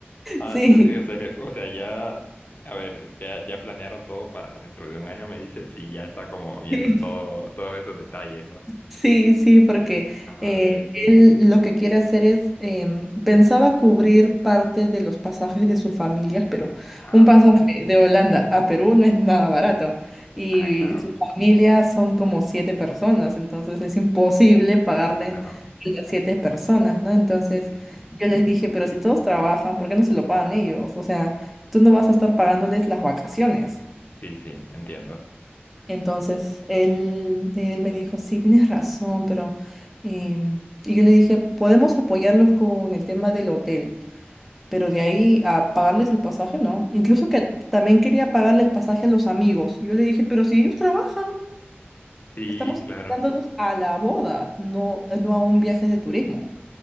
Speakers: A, on the left (about 45°); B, in the centre.
A: Ah,
B: sí.
A: entonces, o sea que- o sea, ya, a ver, ya, ya planearon todo para dentro de un año, me dices, y ya está como viendo
B: Sí.
A: todo, todos esos detalles, ¿no?
B: Sí, sí, porque
A: Ah,
B: eh,
A: ok.
B: él lo que quiere hacer es, em, pensaba cubrir parte de los pasajes de sus familias, pero
A: Ah,
B: un pasaje de Holanda a Perú no es nada barato. Y
A: ah, claro,
B: su familia son como siete personas, entonces es imposible pagarles
A: claro.
B: a las siete personas, ¿no? Entonces
A: Sí. sí.
B: yo les dije, pero si todos trabajan, ¿por qué no se lo pagan ellos? O sea, tú no vas a estar pagándoles las vacaciones.
A: Sí, sí, entiendo.
B: Entonces él, él me dijo, sí, tienes razón, pero... em, y yo le dije, podemos apoyarlos con el tema del hotel, pero de ahí a pagarles el pasaje, no. Incluso que también quería pagarle el pasaje a los amigos. Y yo le dije, pero si ellos trabajan,
A: Sí,
B: estamos
A: claro.
B: invitándolos a la boda, no, no a un viaje de turismo.